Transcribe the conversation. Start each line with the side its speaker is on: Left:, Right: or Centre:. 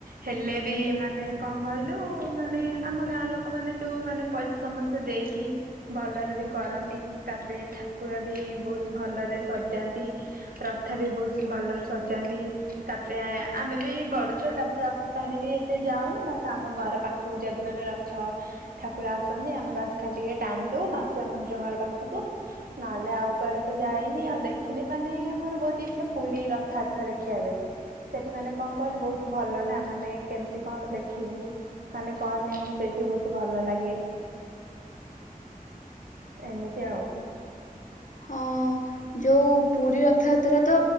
Right: ହେଲେ ବି ମାନେ କଣ କହିଲୁ ମାନେ ଆମ ଗାଁ ଲୋକମାନେ ଯେଉଁ ମାନେ ପଇସା ସମସ୍ତେ ଦେଇକି ଭଲରେ ବି କରନ୍ତି ତାପରେ ଠାକୁର ବି ବୋହୁ ତ୍ ଭଲରେ ସଜାନ୍ତି ରଥ ବି ବହୁସ ଭଲରେ ସ ଜାନ୍ତି ତାପରେ ଆମେ ବି ବଡ଼ଛୁଆ ତାପରେ ରଥଟାଣ ବି ଏତେ ଯାଉନ ବାସ ଆମ ଘର ପାଖକୁ ଯଦି ମାନେ ରଥ ଠାକୁର ଆସନ୍ତି ଆମେ ବାସ୍ ଖାଲି ଟିକେ ଟାଣିଦଉ ମାଶୁଆ ମନ୍ଦିର ଘର ପାଖୁକୁ। ନହେଲେ ଆଉ କୁଆଡ଼େ ତ ଯାଇନି ଆଉ ଦେଖିନି ମାନେ ମୋର ବହୁତ ଇଛା ପୁରୀ ରଥଯାତ୍ରା ଦେଖିବା ପାଇଁ। ସେଠି ମାନେ କଣ କହିଲୁ ବହୁତ ଭଲ ନା ମାନେ କେମିତି କଣ ଦେ ଖିବୁ ମାନେ କହ ନେଇଁ ସେଇଠି ବହୁତୁ ଭଲ ଲାଗେ। ଏମିତି ଆଉ।
Left: ହଁ ଯୋଉ ପୁରୀ ରଥଯାତ୍ରା ତ